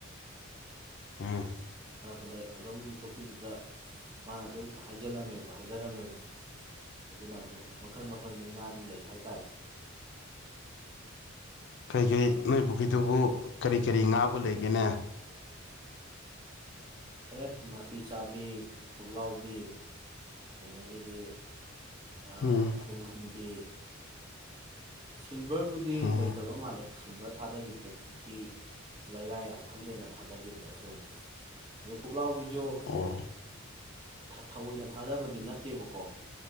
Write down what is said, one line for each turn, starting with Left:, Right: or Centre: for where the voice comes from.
Left: ꯎꯝ
Right: ꯐꯥꯔꯛꯄꯗꯩ ꯑꯗꯨꯝ ꯄꯨꯈ꯭ꯔꯤꯗꯨꯗ ꯃꯥꯅ ꯑꯗꯨꯝ ꯍꯥꯏꯖꯜꯂꯝꯃꯦꯕ ꯍꯥꯏꯗꯔꯝꯃꯦꯕ꯫ ꯑꯗꯨꯅ ꯑꯗꯨꯝ ꯃꯈꯜ ꯃꯈꯜꯒꯤ ꯉꯥꯗꯤ ꯂꯩ ꯍꯥꯏꯇꯥꯔꯦ꯫
Left: ꯀꯩꯒꯩ ꯅꯣꯏ ꯄꯨꯈꯤꯗꯨꯕꯨ ꯀꯔꯤ ꯀꯔꯤ ꯉꯥꯕꯨ ꯂꯩꯒꯦꯅꯦ?
Right: ꯑꯦ ꯅꯥꯄꯤ ꯆꯥꯕꯤ, ꯄꯨꯛꯂꯥꯎꯕꯤ ꯑꯗꯒꯤꯗꯤ ꯑꯥ
Left: ꯎꯝ
Right: ꯇꯨꯡꯍꯟꯕꯤ ꯁꯤꯜꯚꯔꯕꯨꯗꯤ
Left: ꯎꯝ
Right: ꯂꯩꯇ꯭ꯔꯕ ꯃꯥꯜꯂꯦ ꯁꯤꯜꯚꯔ ꯊꯥꯗꯒꯤꯗ꯭ꯔꯦ꯫ <unintelligible> ꯂꯩꯔꯥꯏ ꯌꯥꯝ ꯍꯜꯂꯦꯅ ꯊꯥꯗꯒꯤꯗ꯭ꯔꯦ ꯑꯗꯨꯝ꯫ ꯑꯗ ꯄꯨꯛꯂꯥꯎꯕꯤ ꯖꯨ
Left: ꯑꯣ
Right: ꯊꯑꯣꯏꯅ ꯊꯥꯗꯕꯗꯤ ꯅꯠꯇꯦꯕꯀꯣ